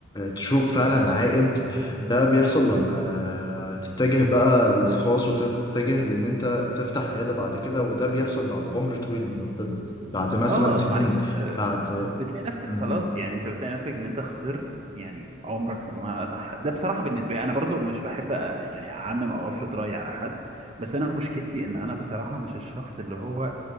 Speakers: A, on the left (about 20°); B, on the right (about 30°).
A: تشوف فعلا عائد ده بيحصل لما تتجه بقى للخاص وتتجه لان انت تفتح عيادة بعد كده وده بيحصل بعد عمر طويل من الطب بعد مثلا
B: اه
A: سنين
B: معلش آه،
A: بعد
B: بتلاقي نفسك
A: مهم.
B: خلاص يعني انت بتلاقي نفسك ان انت خسرت يعني عمرك ما صح ده بصراحه بالنسبه لي انا برضو مش بحب آه، يعني اعمم او افرض رايي على حد بس انا مشكلتي ان انا بصراحه مش الشخص اللي هو